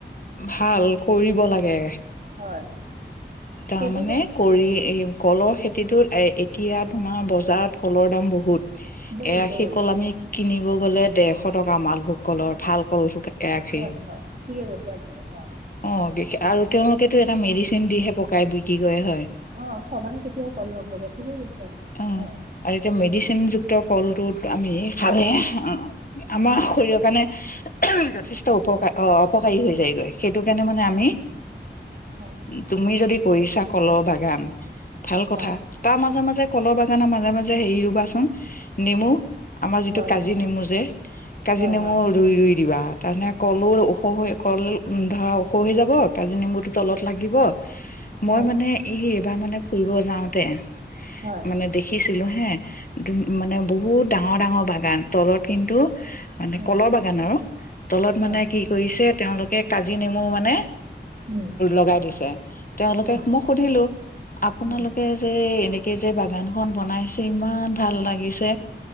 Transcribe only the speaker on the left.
ভাল, কৰিব লাগে।
তাৰমানানে
কৰি এই কলৰ খে টোত এ এতিয়া তোমাৰ বজাৰত কলৰ দাম বহুত। এ
আশী
কল আমি কিনিব গ'লে ডৰশ টকা মালভোগ কলৰ ভাল কল। এআশী
অ', আৰু তেওঁলোকেতটো এটা মেডিচিন দিহে পকাই বিক্ৰী কৰে হয়।
অ আৰু এতিয়া মেডিচিনযুক্ত কলটোত আমি খালে, আমাৰ শৰীৰৰ কাৰণে যথেষ্ট উপকাৰ, অ', অপকাৰী হৈ যায়গৈ সেইটো কাৰণে মানে আমি
তুমি যদি কৰিছা কলৰ বাগান, ভাল কথা
তাৰ মাজে মাজে কলৰ বাগানৰ মাজে মাজে হেৰি ৰুবাচোন নেমু আমাৰ যিটো
কাজি
নেমু যে, কাজি
নেমু
ৰুই ৰুই দিবা, তাৰমানে কলৰ ওখ ধৰা ওখ হৈ যাব, কাজি নেমুটো তলত লাগিব
মই মানে এই এইবাৰ মানে, ফুৰিব যাওঁতে
মানে দেখিছিলো হে মানে, বহুত ডাঙৰ ডাঙৰ বাগান তলত কিন্তু মানে,
কলৰ বাগান আৰু, তলত
মানে কি কৰিছে তেওঁলোকে কাজি নেমু মানে
লগাই দিছে। তেওঁলোকে,
মই সুধিলো, আপোনালোকে
যে এনেকে যে বাগান খন বনাইছে, ইমান ভাল লাগিছে